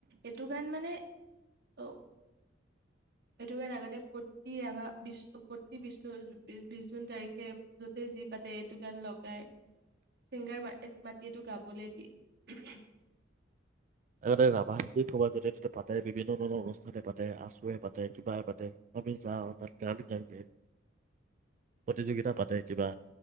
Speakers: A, on the right; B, on the right.
A: এইটো গান মানে অ' এইটো গান আগতে বহুত ৰাভা বি প্ৰতি বিষ্ণু বিশ জুন তাৰিখে য'তে পাতে এইটো গান লগায়। চিংগাৰ মা মাটি এইটো গাবলে দিয়ে।
B: এ ৰাভা সংগীত ক'ৰবাত য'তে তাতে পাতে, বিভিন্ন ধৰণৰ অনুষ্ঠানে পাতে আছুয়ে পাতে কিবাই পাতে আমি যাওঁ তাত গান গাওঁগে প্ৰতিযোগিতা পাতে কিবা